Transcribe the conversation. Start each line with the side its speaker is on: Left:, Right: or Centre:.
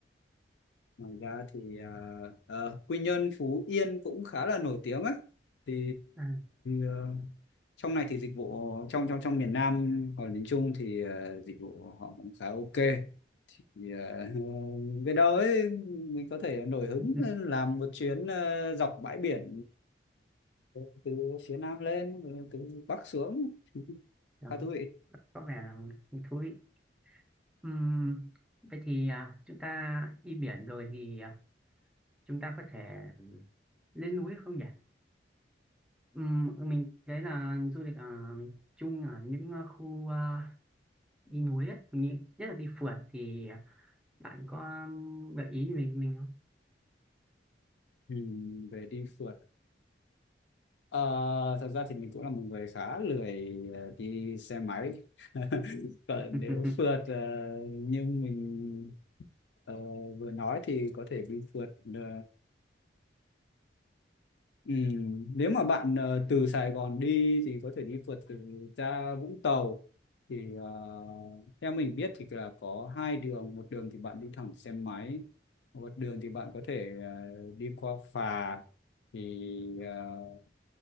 Left: Ngoài ra thì à, ờ, Quy Nhơn, Phú Yên cũng khá là nổi tiếng ấy. Thì
Centre: à,
Left: ờ, trong này thì dịch vụ trong trong trong miền Nam hoặc là miền Trung thì ờ, dịch vụ họ cũng khá ok. Thì ờ, <laughs> biết đâu ấy mình có thể nổi hứng
Centre: <laughs>
Left: làm một chuyến ờ, dọc bãi biển từ từ phía Nam lên từ Bắc xuống <laughs>
Centre: đó
Left: khá thú vị.
Centre: có vẻ là thú vị Ừm, vậy thì à, chúng ta đi biển rồi thì à, chúng ta có thể lên núi không nhỉ Ừm, mình thấy là du lịch ở miền Trung ở những ờ, khu ờ, đi núi ấy, mình nghĩ nhất là đi phượt thì bạn có um, gợi ý mình mình không?
Left: Ừ, về đi phượt Ờ, thật ra thì mình cũng là một người khá lười ờ, đi xe máy <laughs> còn
Centre: <laughs>
Left: nếu phượt ờ, như mình ờ, vừa nói thì có thể đi phượt ờ, ừm, nếu mà bạn ờ, từ Sài Gòn đi thì có thể đi phượt từ ra Vũng Tàu thì ờ, theo mình biết thì là có hai đường một đường thì bạn đi thẳng xe máy một đường thì bạn có thể ờ, đi qua phà thì ờ,